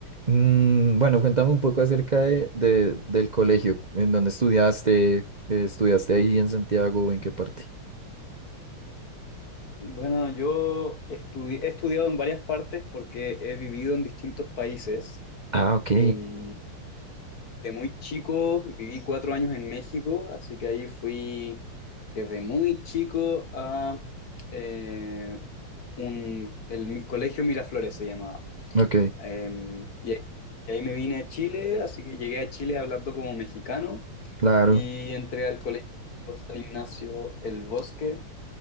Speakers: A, on the right (about 40°); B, on the left (about 50°).
A: Mm, bueno, cuéntame un poco acerca de, de- del colegio, en dónde estudiaste, eh, estudiaste ahí en Santiago, o en qué parte.
B: Bueno, yo estudi- he estudiado en varias partes porque he vivido en distintos países.
A: Ah, ok.
B: Em, de muy chico viví cuatro años en México, así que ahí fui desde muy chico a eh, un, el mi- Colegio Miraflores se llamaba.
A: Ok,
B: Em, y ahí y ahí me vine a Chile, así que llegué a Chile hablando como mexicano
A: claro.
B: y entré al Colegio San Ignacio El Bosque